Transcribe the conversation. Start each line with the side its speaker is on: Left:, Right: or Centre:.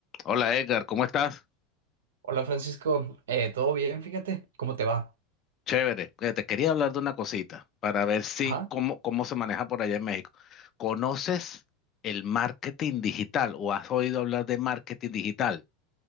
Left: Hola Edgar, ¿cómo estás?
Right: Hola Francisco, Eh, ¿todo bien? Fíjate, ¿cómo te va?
Left: Chévere. Eh, Te quería hablar de una cosita para ver si
Right: Ajá.
Left: cómo, cómo se maneja por allá en México. ¿Conoces el marketing digital o has oído hablar de marketing digital?